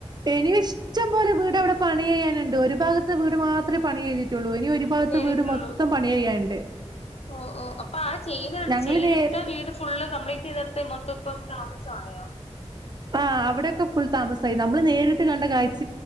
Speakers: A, on the right; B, on the left.
A: എനി ഇഷ്ടംപോലെ വീട് അവിടെ പണി കയ്യാനുണ്ട് ഒരു ഭാഗത്തെ വീട് മാത്രെ പണി കയിഞ്ഞിട്ടുള്ളൂ ഇനി ഒരു ഭാഗത്തെ
B: ചെയ്തിട്ടുള്ളൂ
A: വീട് മൊത്തം പണി ചെയ്യാനുണ്ട്
B: ഓ ഓ അപ്പൊ ആ ചെയ്ത
A: ഞങ്ങള്
B: ചെയ്തിട്ട
A: നേരിട്ട്
B: വീട് ഫുള്ള് കംപ്ലീറ്റ് യ്തടുത്ത് മൊത്തം ഇപ്പം താമസായോ
A: ആഹ് അവിടെയക്കെ ഫുൾ താമസായി നമ്മൾ നേരിട്ട് കണ്ട കാഴ്ച